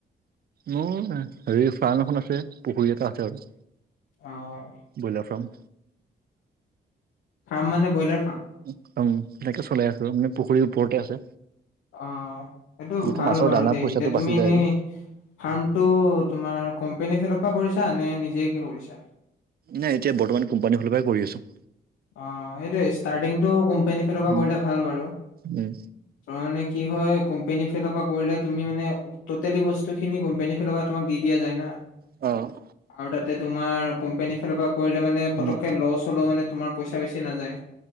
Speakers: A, on the right; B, on the left.
A: মোৰ হেৰি ফাৰ্ম এখন আছে, পুখুৰী এটা আছে আৰু।
B: অহ।
A: Broiler farm.
B: ফাৰ্ম মানে ব্ৰলাৰ ফাৰ্ম।
A: একদম তেনেকে চলাই আছো মানে পুখুৰীৰ ওপৰতে আছে।
B: অঁহ', সেইটো
A: যিহেতু
B: ভাল
A: মাছৰ
B: বাৰু
A: দানা
B: দেই।
A: পইচাটো
B: এতিয়া
A: বাচি
B: তুমি
A: যায়
B: এনেই-
A: আৰু
B: ফাৰ্ম টো তোমাৰ কোম্পনীৰ ফালৰ পৰা কৰিছা নে নিজে কে কৰিছা?
A: নাই, এতিয়া বৰ্তমান কোম্পানী ফালৰ পৰা কৰি আছো।
B: অঁহ', সেইটোৱেই। ষ্টাৰ্টিংটো কোম্পানীৰ ফালৰ পৰা
A: উম,
B: কৰিলে ভাল বাৰু। ত'
A: উম,
B: মানে কি হয় কোম্পনী ফাইলৰ পৰা কৰিলে তুমি মানে- টুটেলি বস্তু খিনি কোম্পানীৰ ফালৰ পৰা তোমাক দি দিয়া যায় না।
A: অহ।
B: আৰু তা'তে তোমাৰ কোম্পানীৰ ফালৰ পৰা কৰিলে মানে
A: উম,
B: পতককে লছ হ'লেও মানে- তোমাৰ পইচা বেছি নাযায়।